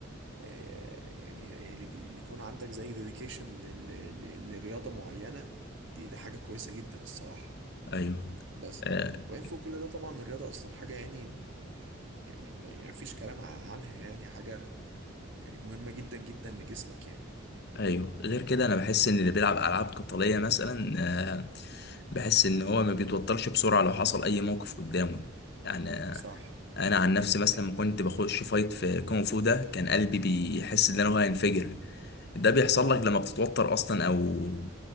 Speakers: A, on the right; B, on the left.
A: آه، يعني يعني يكون عندك زي ديديكيشن لرياضة معينة دي دي حاجة كويسة جدا الصراحة
B: ايوه
A: بس
B: آه،
A: وين فوق كل ده طبعا الرياضة أصلا حاجة يعني يعني ما يعني فيش كلام عنها يعني حاجة يعني مهمة جدا جدا لجسمك يعني
B: ايوه غير كده انا بحس ان اللي بيلعب العاب قتاليه مثلا آه، بحس ان هو ما بيتوترش بسرعه لو حصل اي موقف قدامه يعني آه،
A: صح
B: انا عن نفسي مثلا لما كنت بخش فايت في كونغ فو ده كان قلبي بيحس ان انا هو هينفجر ده بيحصل
A: اه
B: لك لما بتتوتر اصلا او